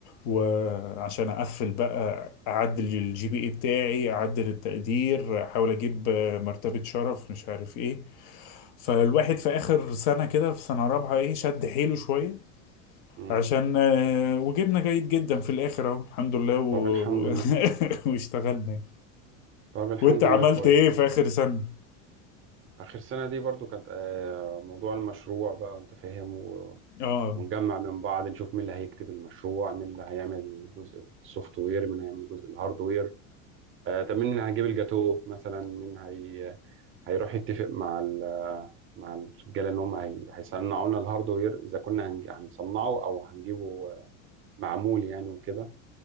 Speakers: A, on the left; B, on the right.
A: وعشان اقفل بقى اعدل الجي بي اي بتاعي اعدل التقدير احاول اجيب آه، مرتبة شرف مش عارف ايه فالواحد في اخر سنة كده في سنة رابعة ايه شد حيله شوية
B: مم.
A: عشان آه، وجبنا جيد جدا في الاخر اهو الحمد لله و...
B: طب الحمد لله
A: <laughs> واشتغلنا يعني.
B: طب الحمد
A: وانت عملت
B: لله كويس
A: ايه في اخر سنة
B: آخر سنة دي برضو كانت آه، موضوع المشروع بقى أنت فاهم
A: اه
B: ونجمع من بعض نشوف مين اللي هيكتب المشروع مين اللي هيعمل الجزء السوفت وير مين هيعمل الجزء الهاردوير آه طب مين اللي هيجيب الجاتو مثلا مين هي هيروح يتفق مع ال مع الرجاله ان هم هي... هيصنعوا لنا الهاردوير اذا كنا هنج... هنصنعه او هنجيبه آه، معمول يعني وكده